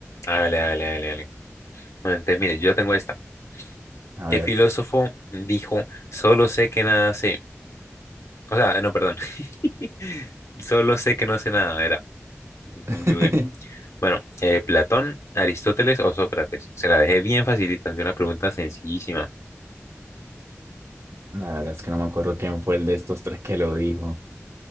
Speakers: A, on the left; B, on the right.
A: Hágale, hágale, hágale, hágale. Bueno, entonces, mire, yo tengo esta.
B: A
A: ¿Qué
B: ver.
A: filósofo dijo, solo sé que nada sé? O sea, no, perdón. <laughs> Solo sé que no sé nada, era.
B: <laughs>
A: Google. Bueno, eh, Platón, Aristóteles o Sócrates. Se la dejé bien facilita, es una pregunta sencillísima.
B: La verdad es que no me acuerdo quién fue el de estos tres que lo dijo.